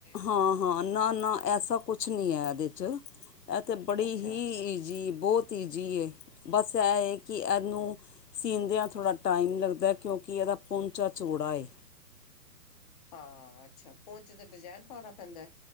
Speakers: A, on the left; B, on the left.
A: ਹਾਂ, ਹਾਂ ਨਾ ਨਾ ਐਸਾ ਕੁਛ ਨੀ ਐ ਇਹਦੇ ਚ ਇਹ ਤੇ ਬੜੀ
B: ਅੱਛਾ
A: ਹੀ ਈਜ਼ੀ ਬਹੁਤ ਈਜ਼ੀ ਏ ਬਸ ਇਹ ਐ ਕਿ ਇਹਨੂੰ ਸੀਂਦਿਆਂ ਥੋੜ੍ਹਾ ਟਾਈਮ ਲੱਗਦਾ, ਕਿਉਂਕਿ ਇਹਦਾ ਪਹੁੰਚਾ ਚੌੜਾ ਏ।
B: ਹਾਂ, ਅੱਛਾ ਪੌਂਚੇ ਤੇ ਡਿਜਾਇਨ ਪਾਣਾ ਪੈਂਦਾ